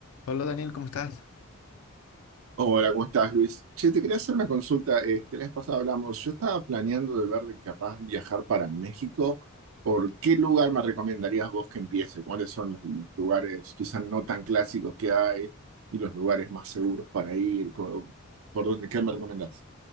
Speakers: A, on the left; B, on the right.
A: Hola Daniel, ¿cómo estás?
B: Hola, ¿cómo estás, Luis? Che, te quería hacer una consulta. Este, la vez pasada hablamos, yo estaba planeando de ver de capaz viajar para México. ¿Por qué lugar me recomendarías vos que empiece? ¿Cuáles son los lugares quizás no tan clásicos que hay y los lugares más seguros para ir? Co- ¿Por dónde? ¿Qué me recomendás?